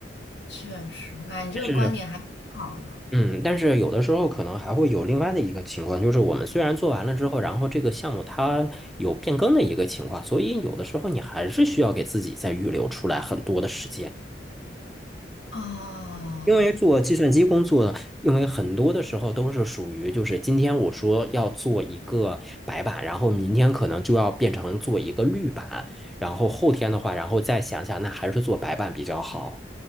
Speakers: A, on the left; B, in the centre.
A: 确实，我感觉你这个观点还挺好的。
B: 但是，嗯，但是有的时候可能还会有另外的一个情况，就是我们虽然做完了之后，然后这个项目它有变更的一个情况，所以有的时候你还是需要给自己再预留出来很多的时间。
A: 哦
B: 因为做计算机工作，因为很多的时候都是属于，就是今天我说要做一个白板，然后明天可能就要变成做一个绿板，然后后天的话，然后再想想，那还是做白板比较好。